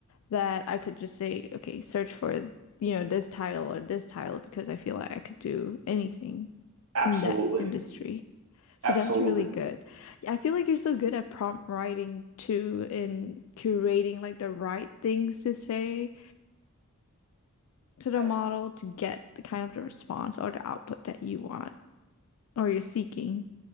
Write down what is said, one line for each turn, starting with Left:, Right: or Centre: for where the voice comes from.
Left: that I could just say, okay, search for, you know, this title or this title because I feel like I could do anything
Right: Absolutely.
Left: in that industry. So
Right: Absolutely.
Left: that's really good. Yeah, I feel like you're so good at prompt writing too, in curating like the right things to say to the
Right: I,
Left: model to get the kind of the response or the output that you want or you're seeking.